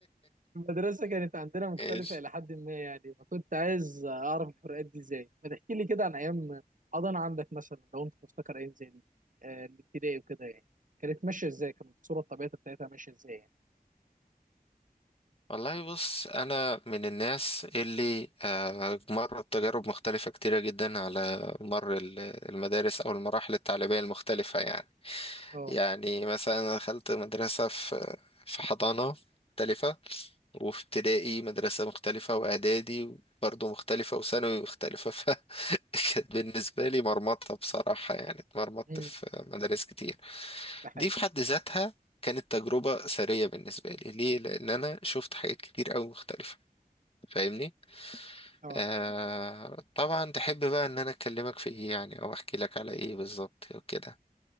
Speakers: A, on the right; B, on the left.
A: المدرسه كانت عندنا مختلفه
B: ايش
A: الى حد ما يعني فكنت عايز اعرف الفروقات دي ازاي؟ ما تحكي لي كده عن ايام حضانه عندك مثلا لو انت تفتكر ايام زي دي أه الابتدائي وكده يعني كانت ماشيه ازاي؟ كانت الصوره الطبيعيه بتاعتها ماشيه ازاي يعني؟
B: والله بص انا من الناس اللي آه، مرت تجارب مختلفة كتيرة جدا على مر ال- المدارس او المراحل التعليمية المختلفة يعني
A: اه
B: يعني مثلا أنا دخلت مدرسة في في حضانة مختلفة وفي ابتدائي مدرسة مختلفة واعدادي برضه مختلفة وثانوي مختلفة <laughs> فكانت بالنسبة لي مرمطة بصراحة يعني اتمرمطت
A: امم
B: في مدارس كتير
A: ده حقيقي
B: دي في حد ذاتها كانت تجربة ثرية بالنسبة لي ليه؟ لأن أنا شفت حاجات كتير أوي مختلفة فاهمني؟
A: اه
B: آه طبعا تحب بقى إن أنا أكلمك في إيه يعني أو أحكي لك على إيه بالظبط وكده